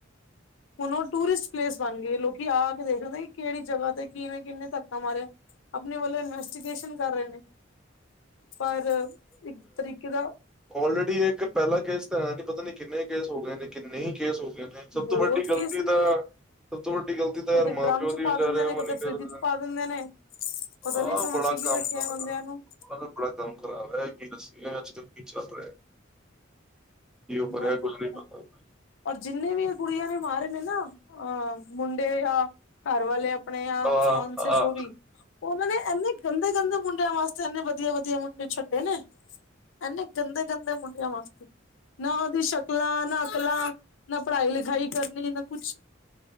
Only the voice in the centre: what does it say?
ਔਲਰੇਡੀ ਇਹ ਇੱਕ ਪਹਿਲਾ ਕੇਸ ਤਾਂ ਹੈ ਨੀ ਪਤਾ ਨੀ ਕਿੰਨੇ ਕੇਸ ਹੋ ਗਏ ਨੇ। ਨਹੀਂ ਕੇਸ ਹੋ ਗਏ ਨੇ ਸਭ
ਤੋਂ ਵੱਡੀ ਗ਼ਲਤੀ
ਤਾਂ। ਸਭ ਤੋਂ ਵੱਡੀ ਗ਼ਲਤੀ ਤਾਂ ਯਾਰ
ਮਾਂ
ਪਿਓ
ਦੀ
ਵਿਚਾਰੇ
ਉਹ
ਨੀ
ਕਰਨ।
ਆਹ
ਬੜਾ
ਕੰਮ
ਗ਼ਲਤ
ਹੈ।
ਬੜਾ ਕੰਮ ਖ਼ਰਾਬ ਹੈ ਕਿ ਦੱਸੀਏ ਅੱਜ ਕੱਲ ਕੀ ਚੱਲ ਰਿਹਾ। ਕੀ ਹੋ
ਰਿਹਾ
ਕੁੱਝ ਨਹੀਂ ਪਤਾ
ਹਾਂ
ਹਾਂ